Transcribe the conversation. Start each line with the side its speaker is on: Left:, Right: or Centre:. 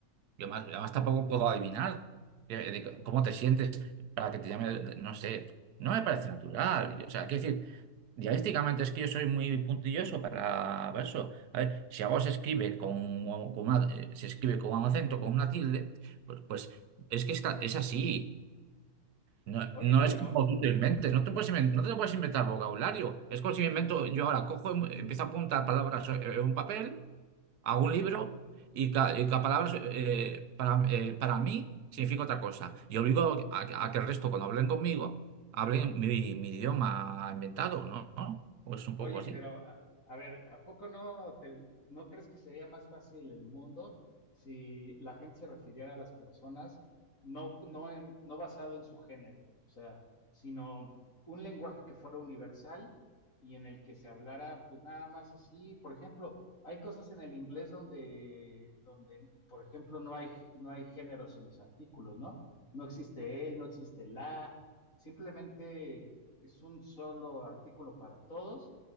Right: Y además, además tampoco puedo adivinar eh, de c- cómo te sientes para que te llame, no sé. No me parece natural. Y, O sea, quiero decir, Dialécticamente es que yo soy muy puntilloso para para eso A ver, si algo se escribe con, con una, eh, se escribe con un acento, con una tilde, pues, pues es que está, es así. No,
Left: Oye,
Right: no
Left: pero
Right: es como tú te inventes, no te puedes inven- no te puedes inventar vocabulario. Es como si me invento, yo ahora cojo, y empiezo a apuntar palabras eh, en un papel a un libro y, ca- y cada palabra eh, para, eh, para mí significa otra cosa. Y obligo a, que a que el resto, cuando hablen conmigo, hablen mi, mi idioma inventado, ¿no? ¿No? Pues un
Left: Oye,
Right: poco así.
Left: pero a, a ver, ¿a poco no te, no crees que sería más fácil el mundo si la gente se refiriera a las personas no, no, en- no basado en su género, o sea, sino un lenguaje que fuera universal y en el que se hablara pues nada más así? Por ejemplo, hay cosas en el inglés donde, donde, por ejemplo, no hay, no hay géneros en los artículos, ¿no? No existe él, no existe la, simplemente es un solo artículo para todos